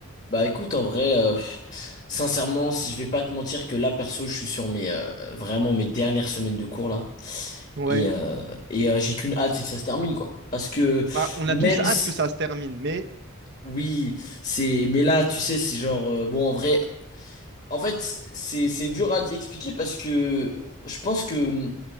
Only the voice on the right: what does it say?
Ouais.
Bah, on
a tous hâte
que ça se termine, mais